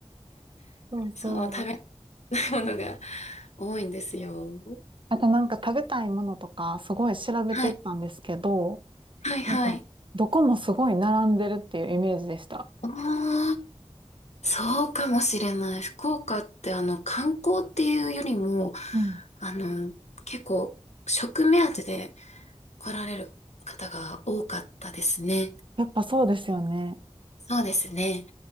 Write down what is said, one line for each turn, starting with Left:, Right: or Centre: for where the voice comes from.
Right: そうそう。
Left: その食べたいものが多いんですよ。
Right: あとなんか食べたいものとかすごい調べていったんですけど、
Left: はい、はい、はい。
Right: なんかどこもすごい並んでるっていうイメージでした。
Left: ああ、そうかもしれない。福岡ってあの観光っていうよりも、
Right: うん。
Left: あの、結構食目当てで来られる方が多かったですね。
Right: やっぱそうですよね。
Left: そうですね。